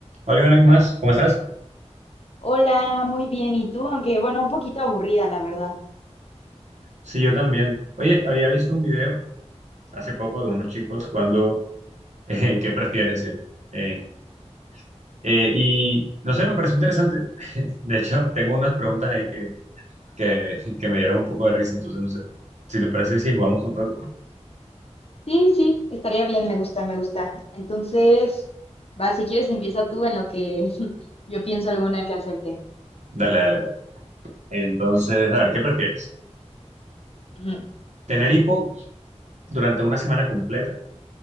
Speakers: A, on the right; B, on the left.
A: Hola, Iván, ¿qué más? ¿Cómo estás?
B: Hola, muy bien. ¿Y tú? Aunque bueno, un poquito aburrida, la verdad.
A: Sí, yo también. Oye, había visto un video hace poco de unos chicos jugando eh, ¿qué prefieres? En, en- eh, y no sé, me pareció interesante. <laughs> De hecho, tengo unas preguntas ahí que, que, que me dieron un poco de risa, entonces no sé. Si te parece, si jugamos un rato.
B: Sí, sí, estaría bien, me gusta, me gusta. Entonces, va, si quieres empieza tú en lo que <laughs> yo pienso alguna que hacerte.
A: Dale, dale, dale. Entonces, a ver, ¿qué prefieres?
B: Ujú.
A: ¿Tener hipo durante una semana completa